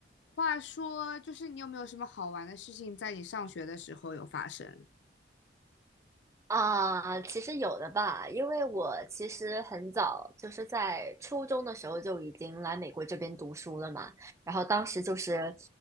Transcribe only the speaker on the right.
啊，其实有的吧，因为我其实很早就是在初中的时候就已经来美国这边读书了嘛，然后当时就是，